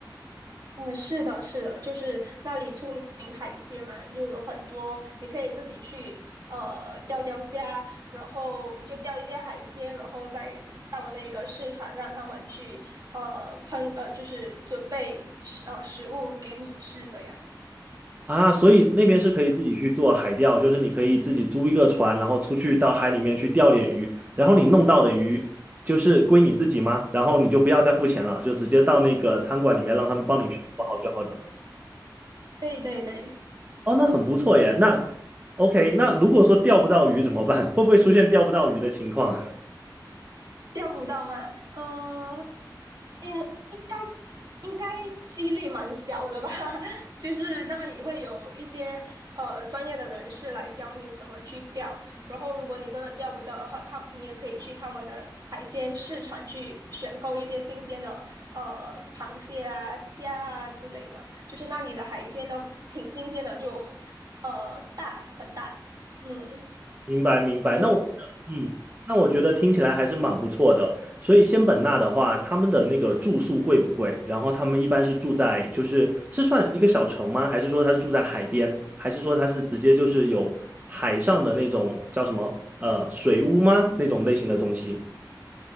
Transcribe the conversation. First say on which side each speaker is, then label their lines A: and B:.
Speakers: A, on the right (about 55°); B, on the right (about 25°).
A: 嗯，是的，是的，就是那里出名海鲜嘛，就有很多你可以自己去呃钓钓虾，然后就钓一些海鲜，然后再到那个市场让他们去呃烹呃就是准备食呃食物给你吃这样。
B: 啊，所以那边是可以自己去做海钓，就是你可以自己租一个船，然后出去到海里面去钓点鱼，然后你弄到的鱼就是归你自己吗？然后你就不要再付钱了，就直接到那个餐馆里面让他们帮你去做好就好了。
A: 对对对，
B: 哦，那很不错耶。那 OK，那如果说钓不到鱼怎么办？<laughs> 会不会出现钓不到鱼的情况？
A: 钓不到吗？嗯、嗯，应该应该几率蛮小的吧，<laughs> 就是那里会有一些呃专业的人士来教你怎么去钓，然后如果你真的钓不到的话，他你也可以去他们的海鲜市场去选购一些新鲜的呃螃蟹啊、虾啊之类的，就是那里的海鲜都挺新鲜的，就呃大很大，嗯，
B: 明白明白，
A: 就。
B: 那我嗯，那我觉得听起来还是蛮不错的。所以仙本那的话，他们的那个住宿贵不贵？然后他们一般是住在就是是算一个小城吗？还是说他是住在海边？还是说他是直接就是有海上的那种叫什么呃水屋吗？那种类型的东西？